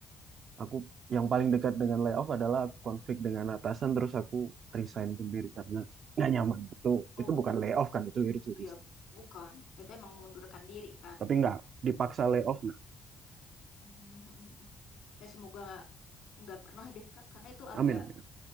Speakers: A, on the right; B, on the left.
A: aku yang paling dekat dengan layoff adalah aku konflik dengan atasan terus aku resign sendiri karena nggak nyaman itu itu
B: Oh,
A: bukan layoff kan itu itu resign
B: ya bukan. Itu emang mengundurkan diri kan.
A: tapi nggak dipaksa layoff nah
B: <laughs> Ya semoga nggak pernah deh, Kak, karena itu
A: amin
B: agak
A: amin